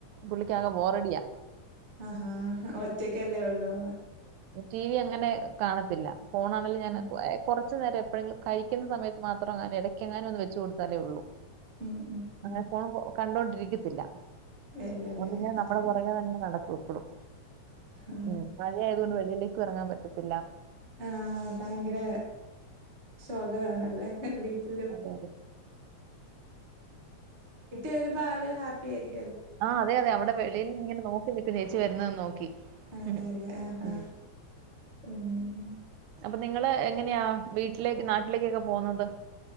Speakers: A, on the right; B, on the right.
A: പുള്ളിക്കാകെ ബോറടിയാ
B: ആ ഹാ ഹ ഒറ്റക്കല്ലേ ഉള്ളു
A: ടീവി അങ്ങനെ കാണാത്തില്ല ഫോൺ ആണെങ്കി
B: ആഹ്
A: കൊറച്ചു നേരെ എപ്പോളെങ്കിലും കഴിക്കുന്ന സമയത്ത് മാത്രങ്ങനെ എടക് എങ്ങാനും വെച്ച് കൊടുത്താലേ ഉള്ളു
B: ഉം ഉം
A: അങ്ങനെ
B: ഉം
A: ഫോൺ കണ്ടോണ്ടിരിക്കത്തില്ല
B: ഇല്ലല്ലേ
A: ഓളിങ്ങനെ നമ്മളെ
B: അതെ
A: പുറകിലങ്ങനാ നടക്കും ഇങ്ങനെ
B: ആഹ്
A: ഉം മഴയായത് കൊണ്ട് വെളിയിലേക്കും ഇറങ്ങാൻ പറ്റത്തില്ല
B: ആ ഭയങ്കര ശോക ആണല്ലേ വൈകീട്ട്
A: അതെ അതെ
B: വരുമ്പം ആള് ഹാപ്പി യായിരിക്കും ലെ
A: ആ അതെ അതെ അവിടെ വെളിയില് ങ്ങനെ നോക്കി നിക്കും ചേച്ചി വരുന്നതും നോക്കി
B: അതെ
A: ഉം
B: യതേ അ
A: ഉം.
B: ആ ഉം
A: അപ്പം നിങ്ങള് എങ്ങനെയാ വീട്ടിലേക്ക് നാട്ടിലേക് ഒക്കെ പോകുന്നത്